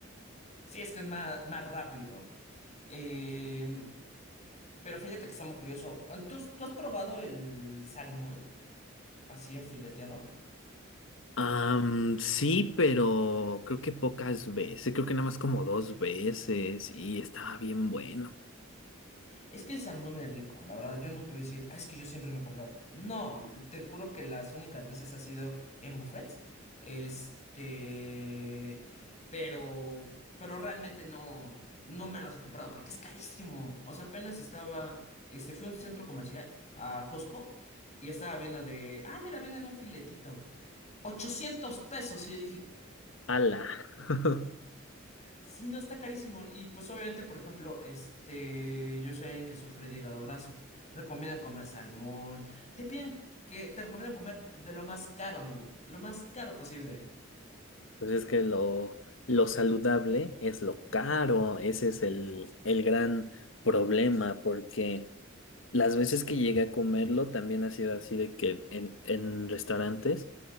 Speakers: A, on the left (about 35°); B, on the left (about 70°).
A: Sí, es que es más, más rápido. Eh, pero fíjate que está muy curioso. ¿Tú, tú has probado el salmón así enfileteado?
B: Am, sí, pero creo que pocas veces, creo que nada más como dos veces y estaba bien bueno.
A: Es que el salmón es rico, la verdad. Yo no te voy a decir, "Ah, es que yo siempre me he comprado. No, te juro que las únicas veces ha sido en buffets. Este. Pero. Pero realmente no. No me los he comprado porque es carísimo. O sea, apenas estaba. Este, fui a un centro comercial, a Costco, y estaba viendo de. Ah, mira, venden un filetito. ochocientos pesos. Y yo dije,
B: Ala. <laughs>
A: sí, no está carísimo. Y pues obviamente, por ejemplo, este, yo soy alguien que sufre de hígado graso. Recomiendan comer salmón. Te piden que te recomiendan comer de lo más caro, amigo. Lo más caro posible.
B: Pues es que lo, lo saludable es lo caro, ese es el, el gran problema, porque las veces que llegué a comerlo también ha sido así de que en, en restaurantes.